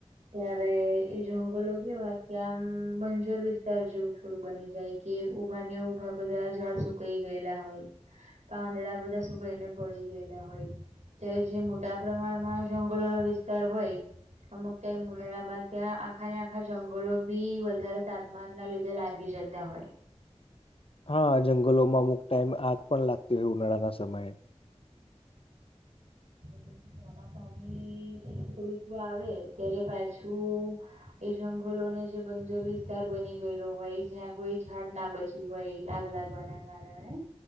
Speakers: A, on the right; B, on the left.
A: ત્યારે એ જંગલો કેવા કે આમ બંજર વિસ્તાર જેવું થોડું બની જાય. કે ઉભા ને ઉભા બધા ઝાડ સુકાઈ ગયેલા હોય. પાંદડા બધા શું કઈને ભળી ગયેલા હોય. અ્યારે જે મોટા પ્રમાણમાં જંગલો ન વિસ્તાર હોય. અમુક ત્યાં મુનાડામાં ત્યાં આખાને આખા જંગલો બી વધારે તાપમાન ના લીધે લાગે. લગી જતા હોય.
B: હા જંગલોમાં અમુક ટાઈમ આગ પણ લાગતી હોય ઉનાળાના સમયે.
A: પ ચોમાસાની ઋતુ આવે ત્યારે પાછું. એ જંગલોને જે બજર વિસ્તાર બની ગયેલો હોય જ્યાં કોઈ ઝાડ ના બચે. શું હોય એ આગ લાગવાના કારણે.